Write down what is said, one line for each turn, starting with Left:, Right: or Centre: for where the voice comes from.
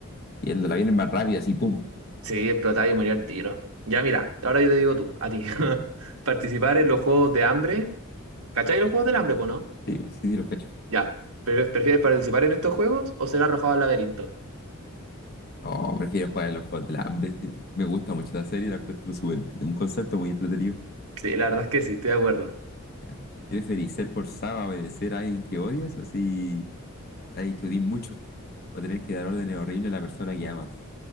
Left: Y el de la viene más rápida, así, ¡pum!
Right: Sí, explotar y morir al tiro. Ya mira, ahora yo te digo tú, a ti. <laughs> Participar en los juegos de hambre. ¿Cachai los juegos del hambre, po, no?
Left: Sí, sí, sí, lo cacho.
Right: Ya. ¿Pre- ¿Prefieres participar en estos juegos o ser arrojado al laberinto?
Left: Oh, prefiero jugar en los juegos del hambre. <laughs> Me gusta mucho la serie, la encuentro súper entre- un concepto muy entretenido.
Right: Sí, la verdad es que sí, estoy de acuerdo.
Left: Ya. ¿Preferís ser forzado a obedecer a alguien que odias, así a alguien que odies mucho, o tener que dar órdenes horribles a la persona que amas?